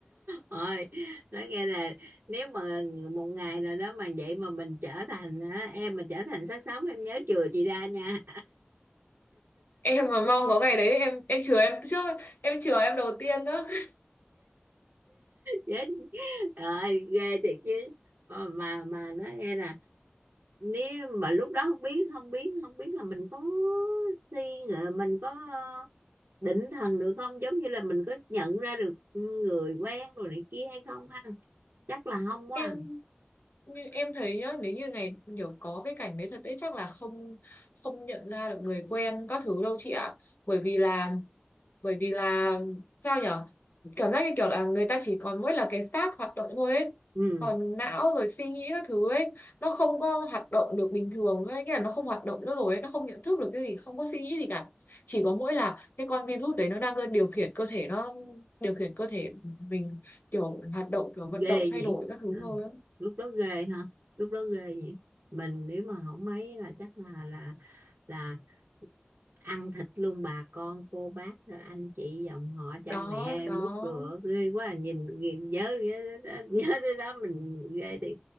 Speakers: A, on the right; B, on the left.
A: Ôi, nói nghe là nếu mà một ngày nào đó mà vậy mà mình trở thành á, em mà trở thành xác sống em nhớ chừa chị ra nha
B: Em mà mong có ngày đấy em em chừa em trước, em chừa em đầu tiên đó. <laughs>
A: chết rồi ghê thiệt chứ mà mà mà nói nghe nè nếu mà lúc đó không biết không biết không biết là mình có suy nghĩ mình có ờ, định thần được không giống như là mình có nhận ra được người quen rồi này kia hay không ha chắc là không quá
B: Em
A: à.
B: như em thấy nhá, nếu như ngày kiểu có cái cảnh đấy thật đấy chắc là không không nhận ra được người quen các thứ đâu chị ạ. Bởi vì là bởi vì là sao nhở cảm giác như kiểu là người ta chỉ còn mỗi là cái xác hoạt động thôi ấy
A: ừ
B: còn não rồi suy nghĩ các thứ ấy nó không có hoạt động được bình thường ấy nghĩa là nó không hoạt động nữa rồi ấy. nó không nhận thức được cái gì không có suy nghĩ gì cả chỉ có mỗi là cái con virus đấy nó đang cơ- điều khiển cơ thể nó điều khiển cơ thể mình kiểu hoạt động kiểu
A: ghê
B: vận động thay
A: nhỉ
B: đổi các thứ
A: ừ.
B: thôi
A: lúc đó ghê ha lúc đó ghê nhỉ mình nếu mà không mấy là chắc là là là ăn thịt luôn bà con cô bác anh chị dòng họ cha
B: đó
A: mẹ
B: đó
A: mút rửa ghê quá à, nhìn, nhìn nhớ nhớ đến đó, nhớ đến đó mình ghê thì